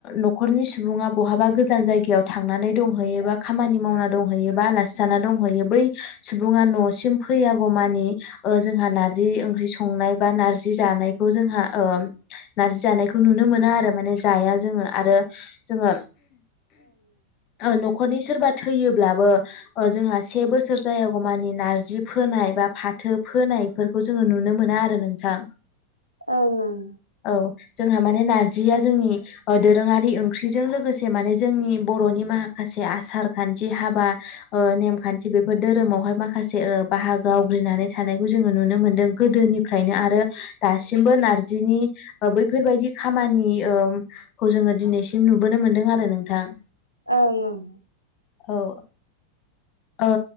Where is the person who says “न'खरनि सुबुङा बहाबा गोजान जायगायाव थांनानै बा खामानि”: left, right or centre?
Left